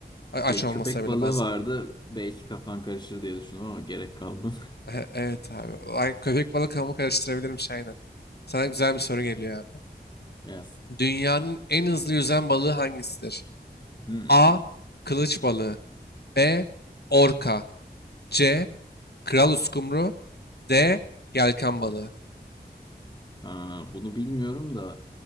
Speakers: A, on the left; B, on the left.
A: A- Aç
B: Ve
A: olmasa
B: köpek
A: bile
B: balığı
A: bazı.
B: vardı. Belki kafan karışır diye düşündüm ama gerek kalmadı. <laughs>
A: <laughs> Evet abi. Ay, köpek balığı hamur karıştırabilirmiş aynen. Sana güzel bir soru geliyor abi.
B: Yes.
A: Dünyanın en hızlı yüzen balığı hangisidir?
B: Hmm.
A: A. Kılıç balığı. B. Orka. C. Kral uskumru. D. Yelken balığı.
B: Ha, bunu bilmiyorum da